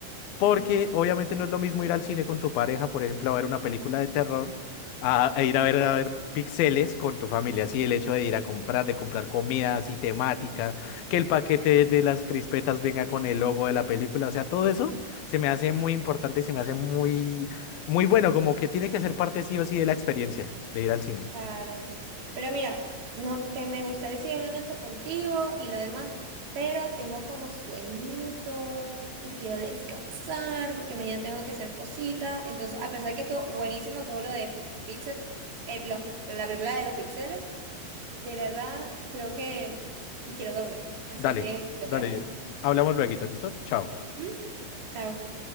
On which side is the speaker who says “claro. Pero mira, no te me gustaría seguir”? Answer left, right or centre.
Right